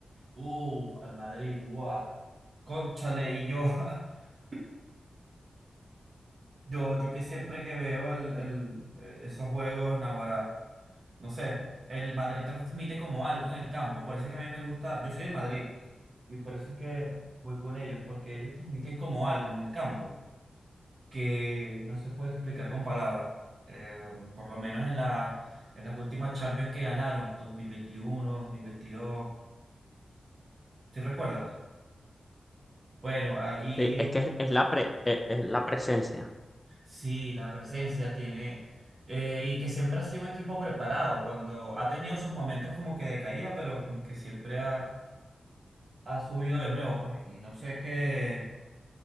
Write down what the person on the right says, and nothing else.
Uf, al Madrid, guau. Cónchale, y yo, <laughs> yo, yo que siempre que veo el, el, eh, esos juegos, naguará, no sé, el Madrid transmite como algo en el campo, por eso es que a mí me gusta, yo soy el Madrid, y por eso es que voy con ellos, porque ellos transmiten como algo en el campo. que no se puede explicar con palabras. Eh, por lo menos en la, en las últimas Champions que ganaron, dos dos mil veintiuno dos mil veintidós, ¿sí recuerdas? Bueno, allí
sí, la presencia tiene, eh, y que siempre ha sido un equipo preparado, cuando ha tenido sus momentos como que de caída, pero como que siempre ha, ha subido de nuevo, pues, y no sé qué,